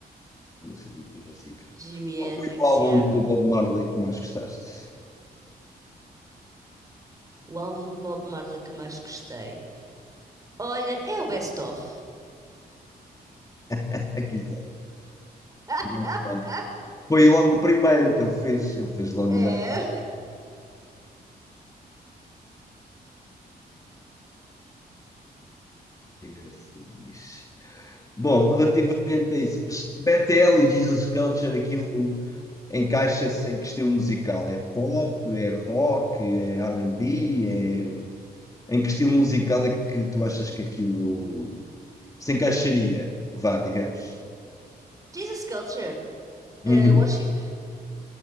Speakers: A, on the left; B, on the right.
A: Nesse tipo de música.
B: Jimi
A: Qual
B: Hendrix,
A: foi o álbum
B: yeah.
A: de Bob Marley que mais gostaste?
B: O álbum de Bob Marley que eu mais gostei. Olha, é o Best Of.
A: Aqui,
B: <laughs>
A: está. Foi logo o primeiro que ele fez. Ele fez logo
B: É.
A: o Bad Cop. Engraçadinhos. Bom, relativamente a isso, mas Bethel e Jesus Culture, aquilo encaixa-se em que estilo musical? É pop, é rock, é R&B? É... Em que estilo musical é que tu achas que aquilo se encaixaria? Vá, digamos.
B: Jesus Culture.
A: Uhum.
B: eh, worship.